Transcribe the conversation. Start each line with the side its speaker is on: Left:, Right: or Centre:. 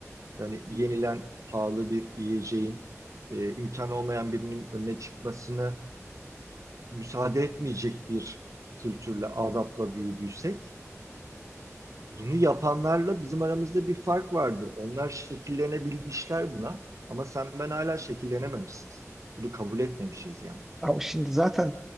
Right: yani yenilen pahalı bir yiyeceğin e, imkanı olmayan birinin önüne çıkmasını müsaade etmeyecek bir kültürle, adapla büyüdüysek bunu yapanlarla bizim aramızda bir fark vardır. Onlar şekillenebilmişler buna ama sen ben hala şekillenememişiz. Bunu kabul etmemişiz yani.
Centre: Ama şimdi zaten